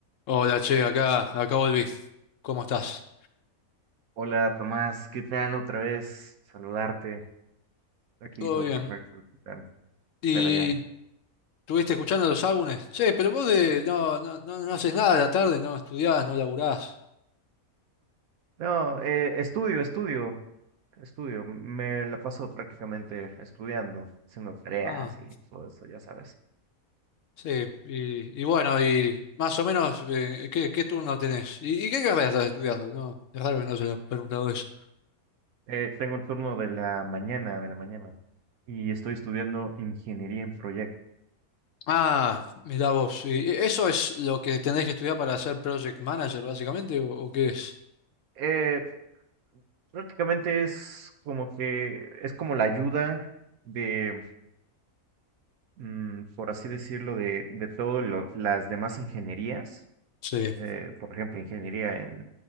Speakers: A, on the left; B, on the right.
A: Hola, che, acá, acá volví. ¿Cómo estás?
B: Hola Tomás, ¿qué tal otra vez? Saludarte. Aquí
A: Todo
B: todo
A: bien.
B: perfecto. ¿Qué tal?
A: ¿Y
B: ¿Qué tal allá?
A: estuviste escuchando los álbumes? Che, pero vos de, no, no, no, no haces nada a la tarde, no estudiás, no laburás.
B: No, eh, estudio, estudio, estudio. Me la paso prácticamente estudiando, haciendo tareas
A: Ah,
B: y todo eso, ya sabes.
A: sí. Y, y bueno, y más o menos, eh, ¿qué, qué turno tenés? ¿Y, y qué carrera estás estudiando? No, es raro que no se lo he preguntado eso.
B: Eh, tengo el turno de la mañana, de la mañana, y estoy estudiando ingeniería en proyectos.
A: Ah, mirá vos. ¿Y e- eso es lo que tenés que estudiar para ser project manager, básicamente, o, o qué es?
B: Eh, prácticamente es como que es como la ayuda de, mm, por así decirlo, de, de todas las demás ingenierías
A: Sí,
B: eh, por ejemplo, ingeniería en